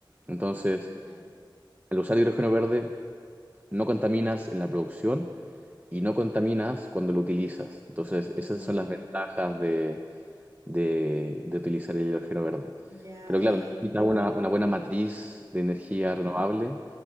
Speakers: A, on the right; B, on the right.
A: Entonces,
B: Ya.
A: al usar hidrógeno verde, no contaminas en la producción y no contaminas cuando lo utilizas. Entonces,
B: Mm,
A: esas son las ventajas de, de- de utilizar el hidrógeno verde.
B: ya.
A: Pero claro,
B: em,
A: necesitas una, una buena matriz de
B: ujú,
A: energía renovable